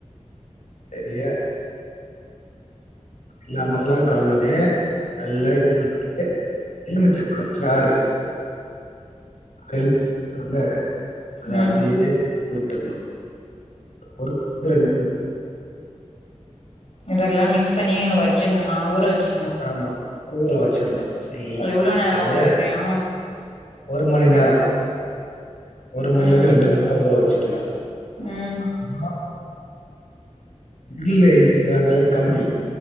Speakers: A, on the left (about 85°); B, on the left (about 55°).
A: சரியா எல்லா மசாலாவு கலந்துண்ணே நல்லா இது பண்ணிட்டு எலுமிச்சப்பளச்சாறு எலு <unintelligible> அதை
B: ம்
A: அப்படியே
B: ம்
A: விட்டுணு ஒரு ரெண்டு
B: இதெல்லா மிக்ஸ் பண்ணி வச்சிணுமா ஊற வச்சு
A: ஆமா ஊரவச் சரின்னா இல்ல
B: எவ்ளோ நேரோ
A: சரியா
B: ஊற வைக்கணு
A: ஒரு மணி நேர ஒரு மணிலருந்து
B: ம்
A: ரெண்டு மன்னேறோ ஊரு அது சரின்னா
B: ம்
A: அப்புனா க்ரில்லா செய்வாங்கல்ல கம்பி